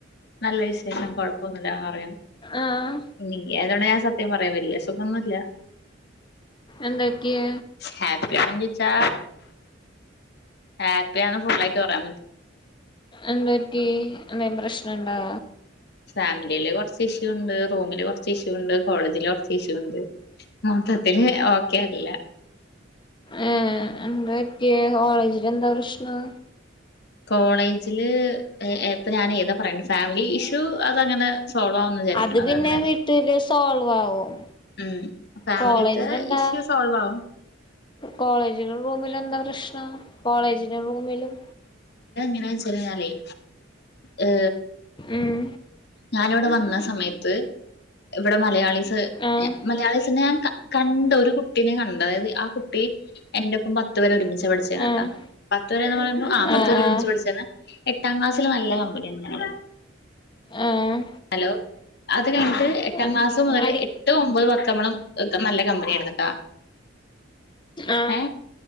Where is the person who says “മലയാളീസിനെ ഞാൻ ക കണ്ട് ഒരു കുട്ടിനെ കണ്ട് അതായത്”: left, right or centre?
Left